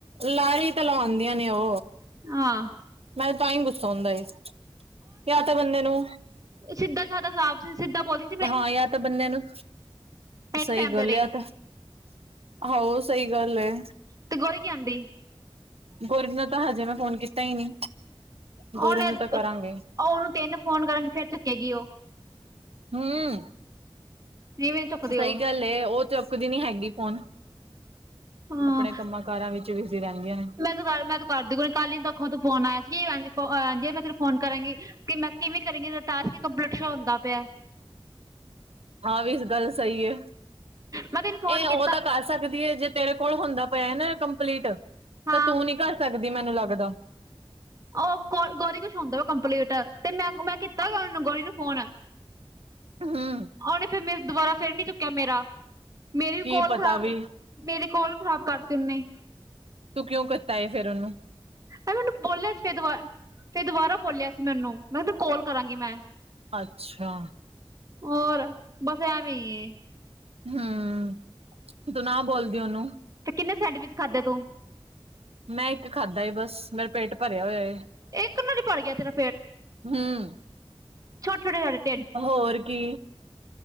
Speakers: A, on the right (about 85°); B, on the right (about 35°).
A: ਲਰੀ ਤਾਂ ਲਵਾਉਂਦੀਆਂ ਨੇ ਓ
B: ਹਾਂ
A: ਮੈਂ ਤਾਂ ਹੀ ਗੁੱਸਾ ਆਉਂਦਾ ਏ, ਜਾਂ ਤੇ ਬੰਦੇ ਨੂੰ
B: ਏ ਸਿੱਧਾ ਸਿੱਧਾ ਹਿਸਾਬ ਸੀ ਸਿੱਧਾ ਬੋਲੀ
A: ਹਾਂ ਯ ਤਾਂ ਬੰਦਿਆਂ ਨੂੰ,
B: ਇੱਕ
A: ਸਈ
B: ਟਾਈਮ
A: ਗੱਲ
B: ਦੇ ਦੇ
A: ਯ ਤਾਂ ਹੋਰ ਸਈ ਗੱਲ ਏ।
B: ਤੇ ਗੋਰੀ ਕੀ ਆਂਦੀ
A: ਗੁਰੀ ਨੂੰ ਤਾਂ ਹਜੇ, ਮੈਂ ਫੋਨ ਕੀਤਾ ਹੀ ਨੀ। ਗੋਰੀ
B: ਉਨੇ
A: ਨੂੰ ਤਾਂ ਕਰਾਂਗੇ
B: ਉਨੂੰ ਤਿੰਨ ਫੋਨ ਕਰਨਗੇ ਫੇਰ ਚੱਕਗੀ ਓ
A: ਹੂੰ,
B: ਨਹੀਂ ਮੈਨੂੰ ਚੁੱਕਦੇ
A: ਸਈ
B: ਉਹ
A: ਗੱਲ ਏ ਓ ਤੇ ਚੁੱਕਦੀ ਨੀ ਹੈਗੀ ਫੋਨ।
B: ਹਾਂ
A: ਆਪਣੇ ਕੰਮਾਂ ਕਾਰਾਂ ਵਿੱਚ ਬਿਜ਼ੀ ਰਹਿੰਦੀਆਂ ਨੇ
B: ਮ ਤੂੰ ਕਰ ਦੀ ਕੱਲ ਨ ਦਖੋਂ ਤੂੰ ਫੋਨ ਆਇਆ ਸੀ, ਮੈਂ ਤੇਰੀ ਫੋਨ ਕਰਾਂਗੀ। ਕਿ ਮੈਂ ਕਿਵੇਂ ਕਰੇਗੀ ਟਾਸਕ ਹੀ, ਕੰਪਲੀਟ ਸੋਅ ਹੁੰਦਾ ਪਿਆ।
A: ਹਾਂ ਵੀ ਗੱਲ ਸਈ ਆ,
B: ਮੈਂ ਤੈਨੂੰ ਫੋਨ
A: ਏ
B: ਕੀਤਾ
A: ਓ ਤਾਂ ਘਰ ਕਰ ਸਕਦੀ ਏ ਜੇ ਤੇਰੇ ਕੋਲ ਹੁੰਦਾ ਪਿਆ ਨਾ ਕੰਪਲੀਟ
B: ਹਾਂ
A: ਤਾਂ ਤੂੰ ਨੀ ਕਰ ਸਕਦੀ ਮੈਨੂੰ ਲੱਗਦਾ
B: ਓ ਗ ਗੋਰੀ ਕੁਛ ਹੁੰਦਾ ਵਾ ਕੰਪਲੀਟ ਤੇ, ਮੈਂ-ਮੈਂ ਕੀਤਾ ਗੌਰੀ ਨੂੰ ਫੋਨ।
A: ਹੂੰ
B: ਉਨੇ ਫੇਰ ਮੈਂ ਦੁਬਾਰਾ ਫੇਰ ਨੀ ਚੁੱਕਿਆ ਮੇਰਿਆ। ਮੇਰੀ ਵੀ
A: ਕੀ
B: ਕੋਲ
A: ਪਤਾ
B: ਖ਼ਰਾਬ
A: ਵੀ
B: ਮੇਰੇ ਕੋਲ ਵੀ ਖ਼ਰਾਬ ਕਰਤੀ, ਉਨੇ।
A: ਤੂੰ ਕਿਉਂ ਕੀਤਾ ਏ ਫੇਰ ਉਨੂੰ।
B: ਐ ਮੈਨੂੰ ਬੋਲਿਆ ਸੀ ਫਿਰ ਦੁ ਫਿਰ ਦੁਬਾਰਾ ਬੋਲਿਆ ਸੀ ਮੈਨੂੰ ਮੈਂ ਕਿਹਾ ਕੌਲ ਕਰਾਂਗੀ ਮੈਂ।
A: ਅੱਛਾ।
B: ਹੋਰ ਬਸ ਐਵੀ ਏ
A: ਹੂੰ ਤੂੰ ਨਾ ਬੋਲਦੀ ਉਨੂੰ।
B: ਤੇ ਕਿੰਨੇ ਸੈਂਡਵਿਚ ਖਾਧੇ ਤੂੰ।
A: ਮੈਂ ਇੱਕ ਖਾਧਾ ਏ ਬਸ। ਮੇਰਾ ਪੇਟ ਭਰਿਆ ਹੋਇਆ ਏ
B: ਇੱਕ ਨਾਲ ਹੀ ਭਰ ਗਿਆ ਤੇਰਾ
A: ਹੂੰ।
B: ਛੋਟੇ ਛੋਟੇ ਹਜੇ।
A: ਹੋਰ ਕੀ